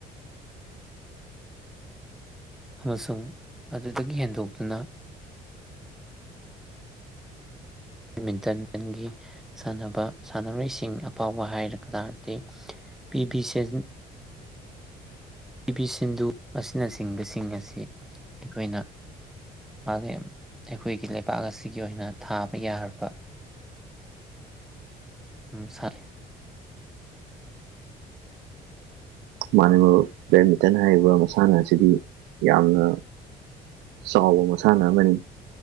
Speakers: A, in the centre; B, on the right.
A: ꯑꯃꯁꯨꯡ ꯑꯗꯨꯗꯒꯤ ꯍꯦꯟꯗꯣꯛꯇꯨꯅ ꯃꯤꯟꯇꯟꯒꯤ ꯁꯥꯟꯅꯕ ꯁꯥꯟꯅꯔꯣꯏꯁꯤꯡ ꯑꯐꯥꯎꯕ ꯍꯥꯏꯔꯒ ꯇꯥꯔꯗꯤ ꯄꯤ ꯕꯤ ꯁꯟ ꯄꯤ ꯚꯤ ꯁꯤꯟꯙꯨ ꯑꯁꯤꯅꯆꯤꯡꯕꯁꯤꯡ ꯑꯁꯤ ꯑꯩꯈꯣꯏꯅ ꯃꯥꯂꯦꯝ ꯑꯩꯈꯣꯏꯒꯤ ꯂꯩꯕꯥꯛ ꯑꯁꯤꯒꯤ ꯑꯣꯏꯅ ꯊꯥꯕ ꯌꯥꯔꯕ ꯎꯝ ꯁꯥꯔꯦ
B: ꯃꯥꯟꯅꯦ ꯃꯔꯨꯞ ꯕꯦꯠꯃꯤꯟꯇꯟ ꯍꯥꯏꯔꯤꯕ ꯃꯁꯥꯟꯅ ꯑꯁꯤꯗꯤ ꯌꯥꯝꯅ ꯆꯥꯎꯕ ꯃꯁꯥꯟꯅ ꯑꯃꯅꯤ꯫